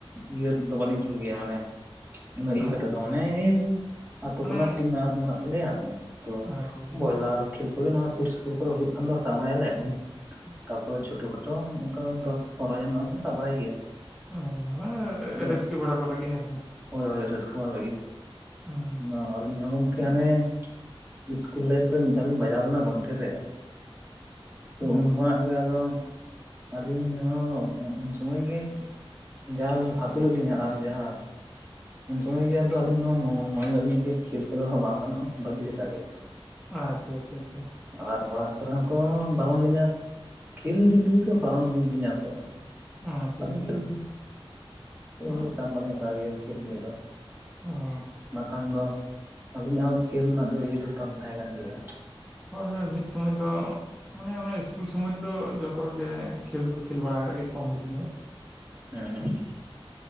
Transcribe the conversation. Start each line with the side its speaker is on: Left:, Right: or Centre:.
Right: ᱤᱭᱟᱹ ᱨᱮᱱ ᱫᱚ ᱵᱟᱹᱞᱤᱧ ᱠᱷᱮᱞ ᱜᱮᱭᱟ ᱢᱟᱱᱮ ᱩᱱᱟᱹᱜ ᱤᱭᱟᱹ
Centre: ᱟᱪᱪᱷᱟ
Right: ᱠᱟᱛᱮ ᱫᱚ
Centre: ᱟᱪᱪᱷᱟ
Right: ᱢᱟᱱᱮ ᱮᱭ ᱟᱛᱳ
Centre: ᱢᱟᱱᱮ
Right: ᱠᱚ ᱨᱮᱱᱟᱜ ᱴᱤᱢ ᱢᱮᱱᱟᱜ ᱫᱚ ᱢᱮᱱᱟᱜ ᱛᱟᱞᱮᱭᱟ ᱛᱚ
Centre: ᱟᱪᱪᱷᱟ ᱟᱪᱪᱷᱟ ᱦᱮᱸ
Right: ᱵᱚᱭᱞᱟᱨ ᱠᱷᱮᱞ ᱠᱚᱜᱮ ᱱᱚᱣᱟ ᱥᱩᱨ ᱥᱩᱯᱩᱨ ᱠᱚᱨᱮ ᱦᱩᱭᱩᱜ ᱠᱷᱟᱱ ᱫᱚ ᱥᱟᱵ ᱵᱟᱲᱟᱭᱟᱞᱮ᱾
Centre: <unintelligible>
Right: ᱛᱟᱨᱯᱚᱨᱮ ᱪᱷᱳᱴᱳ ᱠᱷᱟᱴᱳ ᱚᱱᱠᱟ ᱫᱚᱥ ᱯᱚᱱᱨᱚ ᱦᱟᱡᱟᱨ ᱨᱮᱱᱟᱜ ᱦᱚᱞᱮ ᱥᱟᱵ ᱵᱟᱲᱟᱭ ᱜᱮᱭᱟ᱾
Centre: <unintelligible>
Right: ᱟᱫᱚ
Centre: ᱨᱟᱹᱥᱠᱟᱹ ᱵᱟᱲᱟ ᱠᱚ ᱞᱟᱹᱜᱤᱫ, ᱦᱮᱸᱥᱮ?
Right: ᱦᱳᱭ ᱦᱳᱭ ᱨᱟᱹᱥᱠᱟᱹ ᱵᱟᱲᱟ ᱞᱟᱹᱜᱤᱫ᱾
Centre: ᱦᱩᱸ
Right: ᱟᱫᱚ ᱟᱹᱞᱤᱧ ᱦᱚᱸ ᱜᱚᱢᱠᱮ ᱦᱟᱱᱮ ᱤᱥᱠᱩᱞ ᱞᱟᱭᱤᱯᱷ ᱨᱮ ᱢᱤᱫ ᱫᱷᱟᱣ ᱞᱤᱧ ᱵᱟᱡᱟᱣ ᱞᱮᱱᱟ ᱜᱚᱱᱴᱷᱮ ᱨᱮ᱾ ᱛᱚ
Centre: ᱦᱩᱸ
Right: ᱩᱱ ᱠᱟ ᱫᱚ ᱟᱹᱞᱤᱧ ᱦᱚᱸ ᱩᱱ ᱥᱩᱢᱟᱹᱭ ᱜᱮ ᱡᱟᱞ ᱦᱟᱹᱥᱩ ᱞᱮᱫ ᱞᱤᱧᱟᱹ ᱟᱨ ᱡᱟᱦᱟᱸ ᱩᱱ ᱥᱚᱢᱚᱭ ᱜᱮ ᱟᱹᱞᱤᱧ ᱦᱚᱸ ᱢᱚ-ᱢᱚ-ᱢᱚᱱᱮ ᱞᱮᱫ ᱞᱤᱧ ᱡᱮ ᱠᱷᱮᱞ ᱠᱚᱫᱚ ᱦᱟᱸᱜ ᱵᱟᱝ ᱜᱟᱱᱚᱜ-ᱟ, ᱵᱟᱹᱜᱤ ᱞᱮᱠᱟᱜᱮ᱾
Centre: ᱟᱪᱪᱷᱟ ᱟᱪᱪᱷᱟ ᱟᱪᱪᱷᱟ ᱟᱪᱪᱷᱷ᱾
Right: ᱟᱨ ᱚᱲᱟᱜ ᱠᱚᱨᱮ ᱦᱚᱸᱠᱚ ᱵᱟᱨᱚᱱ ᱞᱤᱧᱟᱹ᱾ ᱠᱷᱮᱞ ᱫᱤᱠ ᱫᱤᱭᱮ ᱛᱚ ᱵᱟᱨᱚᱱ ᱞᱤᱧᱟᱹ ᱠᱚ᱾
Centre: ᱟᱪᱪᱷᱟ
Right: ᱵᱟᱹᱞᱤᱧ
Centre: ᱟᱪᱪᱷᱟ
Right: ᱠᱷᱮᱞ ᱛᱚ
Centre: ᱚ
Right: ᱩᱱᱟᱹᱜ ᱪᱟᱯ ᱵᱟᱹᱞᱤᱧ ᱦᱟᱛᱟᱣ ᱜᱮᱭᱟ ᱠᱷᱮᱞ ᱱᱤᱭᱮ ᱫᱚ᱾
Centre: ᱚ᱾
Right: ᱵᱟᱠᱷᱟᱱ ᱫᱚ ᱟᱹᱞᱤᱧᱟᱜ ᱦᱚᱸ ᱠᱷᱮᱞ ᱨᱮᱱᱟᱜ ᱫᱚ ᱤᱭᱟᱹ ᱫᱚ ᱛᱟᱴ ᱛᱟᱦᱮᱸ ᱠᱟᱱ ᱜᱮᱭᱟ᱾
Centre: ᱦᱳᱭ ᱦᱳᱭ ᱢᱤᱫ ᱥᱩᱢᱚᱭ ᱫᱚ ᱢᱟᱱᱮ ᱚᱱᱮ ᱤᱥᱠᱩᱞ ᱥᱚᱢᱚᱭ ᱨᱮᱫᱚ ᱡᱚᱛᱚ ᱦᱚᱲᱜᱮ ᱠᱷᱮᱞ ᱫᱚᱠᱚ ᱠᱷᱮᱞ ᱵᱟᱲᱟ ᱟᱠᱟᱫ ᱜᱮᱭᱟ ᱠᱚᱢ ᱵᱮᱥᱤ ᱫᱚ᱾
Right: ᱦᱮᱸ᱾